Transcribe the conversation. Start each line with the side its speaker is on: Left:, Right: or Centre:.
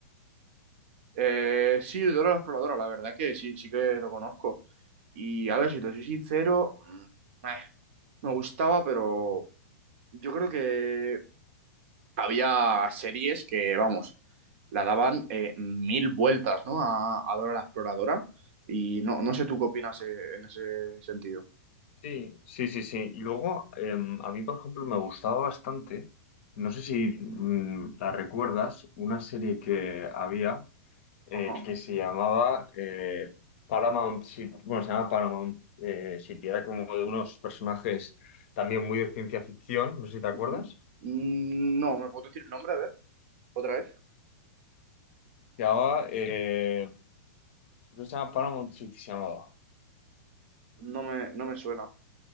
Right: Eh, sí, Dora la Exploradora, la verdad que sí, sí que lo conozco. Y a ver, si te soy sincero, mm, eh, me gustaba, pero yo creo que había series que, vamos, la daban eh, mil vueltas, ¿no? A, a Dora la Exploradora. Y no, no sé tú qué opinas eh, en ese sentido.
Left: Sí, sí, sí, sí. Y luego, em, a mí, por ejemplo, me gustaba bastante, no sé si mm, la recuerdas, una serie que había. eh,
Right: Ajá.
Left: que se llamaba eh, Paramount City, bueno, se llama Paramount eh, City, era como de unos personajes también muy de ciencia ficción, no sé si te acuerdas.
Right: ujú. Mm, No, ¿me puedo decir el nombre? A ver, otra vez.
Left: Se llamaba, eh, creo que se llama Paramount City, se llamaba.
Right: No me, no me suena,